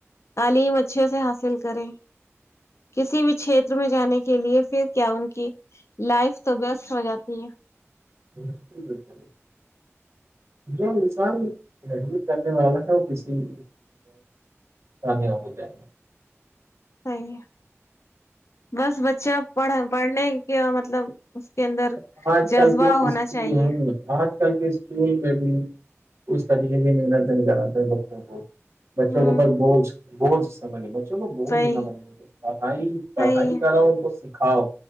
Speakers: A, on the left; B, on the right.
A: تعلیم اچھے سے حاصل کرے کسی بھی چھیتر میں جانے کے لیے پھر کیا ان کی لائف تو بیسٹ ہو جاتی ہے
B: <inaudible> جو انسان حج کرنے والا ہے وہ کسی کاان ہو جائے گے
A: صحیح ہے بس بچے پڑھ پڑھنے کے مطلب مطلب اس کے اندر
B: گا آج
A: جذبہ
B: کل کے
A: ہونا
B: اسکول
A: چاہیے
B: ہیں آج کل کے اسکول میں بھی اس طریقے کی محنت نہیں کراتے بچوں کو بچوں
A: ہوں
B: کو پاس بوجھ بورڈ سس سمے چلو بوجھ
A: صحیح
B: نا بننے کو پڑھائی پڑھائی
A: صحیح
B: کر رہا ہ ب کاؤ